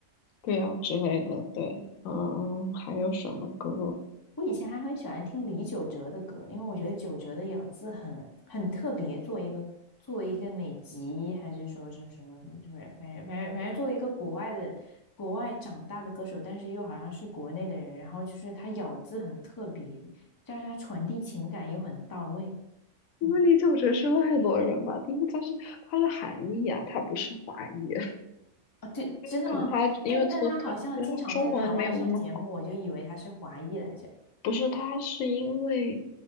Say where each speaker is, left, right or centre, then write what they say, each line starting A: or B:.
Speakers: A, on the left; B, on the left.
A: 对啊之类的，对，嗯，还有什么歌？
B: 我以前还很喜欢听李玖哲的歌，因为我觉得玖哲的咬字很很特别，作为一个作为一个美籍，还是说是什么，就是反正反正反正作为一个国外的国外长大的歌手，但是又好像是国内的人，然后就是他咬字很特别，但是他传递情感又很到位。
A: 因为李玖哲是外国人吧，
B: 嗯，
A: 因为他是他是韩裔啊，他不是华裔，
B: 啊，对，真的吗？
A: 可能他因为他他因为他中文没有那么好。
B: 但但他好像经常在台湾上节目，我就以为他是华裔来着。
A: 不是，他是因为，